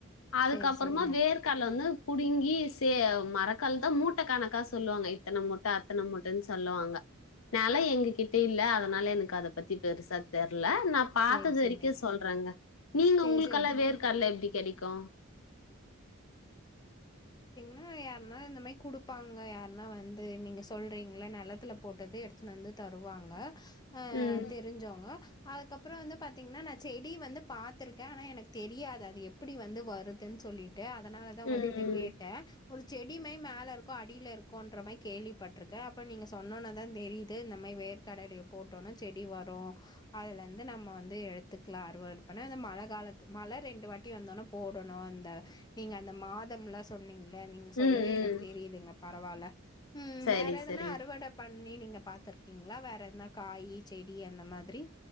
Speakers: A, on the left (about 80°); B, on the left (about 20°).
A: அதுக்கப்புறமா
B: சேரி சேரிங்க.
A: வேர்க்கால்ல வந்து புடுங்கி சே மரக்கால்தா மூட்ட கணக்கா சொல்வாங்க இத்தன மூட்ட அத்தன மூட்டன்னு சொல்லுவாங்க நால் லா எங்க கிட்டே இல்ல அதனால எனக்கு அதப் பத்தி பெருசா தெர் ல நா பாத்தது
B: சேரி
A: வரைக்கு
B: சேரிங்க.
A: சொல்றேங்க நீங்க
B: சேரி
A: உங்களுக்கெல்லா
B: சேரி.
A: வேர்க்கல்ல எப்டி கெடைக்கு
B: னா யாருனா இந்த மாரி குடுப்பாங்க யாருன்னா வந்து நீங்க சொல்றீங்கல்ல நெலத்துல போட்டது எடுத்துன்னு வந்து தருவாங்க ஆஹ்
A: ம்
B: தெரிஞ்சவுங்க அதுக்கப் றம் வந்து பார்த்தீங்னா நா செடி வந்து பாத்துருக்கே ஆனா எனக்கு தெரியாது அது எப்படி வந்து வருதுன்னு சொல்லி ட்டு அதனாலதா உங்ககிட்ட
A: ம் ம்
B: கேட்டே ஒரு செடிமே மேலருக்கு அடியில இருக்குன்ற மாரி கேள்விப்பட்டிருக்கே அப்ப நீங்க சொன்னோனேதாந் தெரியுது இந்த மாதிரி வேர்க கடலைய போட்டோனா செடி வரு அதுல ந்து நம்ம வந்து எத்துக்கலா அறுவட பண்ண மழ காலத்து மழ ரெண்டு வாட்டி வந்தோனே போடணு அத நீங்க அந்த மாதம்லா சொன்னீங் இல்ல நீங்க சொல்லவே
A: ம் ம்
B: எனக்கு தெரியுதுங்க பரவால உம்
A: சரி
B: வேற எதுனா
A: சரிங்க
B: அறுவட பண்ணி நீங்க பாத்துருக்கிங்ளா வேற எதனா காயி செடி அந்த மாதிரி